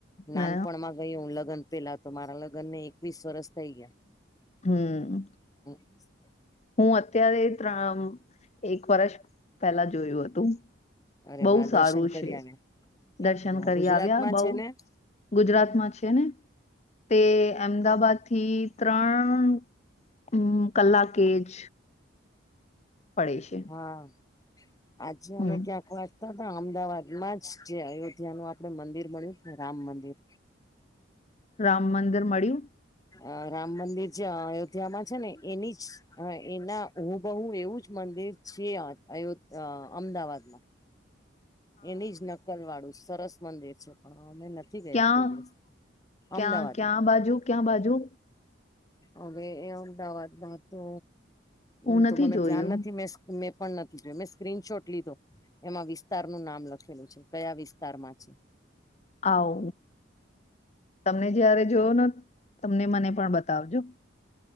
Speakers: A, on the left (about 20°); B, on the left (about 35°).
A: નાનપણમાં
B: ને
A: ગય હું લગ્ન પેલા, તો મારા લગ્ન ને એકવીસ વરસ થઈ ગયા.
B: હમ્મ
A: <inaudible>
B: હું અત્યારે ત્રણ, એક વર્ષ પહેલા જોયું હતું.
A: અરે
B: બહુ
A: વાહ
B: સારું
A: દર્શન
B: છે.
A: કરી
B: દર્શન
A: આવ્યા
B: કરી
A: ગુજરાતમાં
B: આવ્યા બઉ?
A: છે ને
B: ગુજરાતમાં છે ને. તે અમદાવાદ થી ત્રણ, હમ્મ કલાકેજ પડે છે.
A: હા, આનુ
B: હમ
A: અમે ક્યાંક થોડાક તોતો અમદાવાદમાં જ જે અયોધ્યાનુ આપડે મંદિર બણ્યું ને રામ મંદિર
B: રામ મંદિર મળ્યું.
A: અ રામ મંદિર જે અયોધ્યામાં છે, ને એની જ, અ એના હુંબહુ એવુંજ મંદિર છી આ અયો, અ અમદાવાદમાં એની જ નકલ વાળું સરસ મંદિર છે પણ અમે નથ થી ગયા
B: ક્યાં
A: કોઈ દિવસ અમદાવાદમાં
B: ક્યાં ક્યાં બાજુ ક્યાં બાજુ
A: હવે એ અમદાવાદમાં તો
B: હું
A: એમ
B: નથી
A: તો મને
B: જોયું
A: ધ્યાન નથી મેં, મેં પણ નથી જોયો, મેં સ્ક્રીનશોટ લીધો એમાં વિ સ્તાર નું નામ લખેલું છે, કયા વિસ્તારમાં છે.
B: આવો તમને જયારે જોયો ને તમને મને પણ બતાવજો